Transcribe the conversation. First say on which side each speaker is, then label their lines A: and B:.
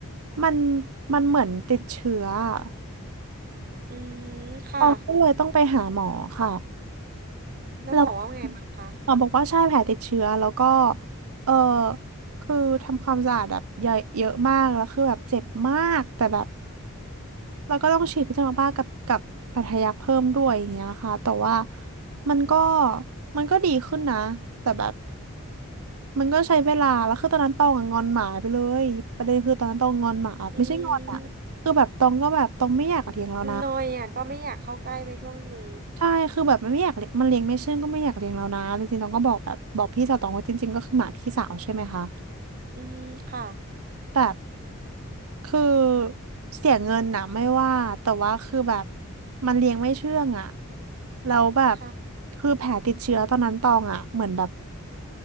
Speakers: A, on the right (about 75°); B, on the right (about 40°).
A: มันมันเหมือนติดเชื้ออะ
B: อืมค่ะ
A: ตองก็เลยต้องไปหาหมอค่ะ
B: แล้วบอกว่าไงบ้างคะ
A: แล้วหมอบอกว่าใช่แผลติดเชื้อแล้วก็เออคือทำความสะอาดแบบเยอะเยอะมากแล้วคือแบบเจ็บมากแต่แบบเราก็ต้องฉีดพิษสุนัขบ้ากับกับปัทยักเพิ่มด้วยอย่างเงี้ยค่ะแต่ว่ามันก็มันก็ดีขึ้นนะแต่แบบมันก็ใช้เวลาแล้วคือตอนนั้นตองอะงอนหมาไปเลยประเด็นคือตอนนั้นตองงอนหมาไม่ใช่งอนอะคือแบบตองก็แบบตองไม่อยากเลียงแล้วนะ
B: อืมมันนอยอ่ะก็ไม่อยากเข้าใกล้ไปช่วงหนึ่ง
A: ใช่คือแบบมันไม่อยากเลี้ยงมันเลี้ยงไม่เชื่องก็ไม่อยากเลี้ยงแล้วนะจริงๆตองก็บอกแบบบอกพี่สาวตองว่าจริงๆก็คือหมาพี่สาวใช่ไหมคะ
B: อืมค่ะ
A: แบบคือเสียเงินนะไม่ว่าแต่ว่าคือแบบมันเลี้ยงไม่เชื่องอะแล้วแบบ
B: ค่ะ
A: คือแผลติดเชื้อตอนนั้นตองอะเหมือนแบบ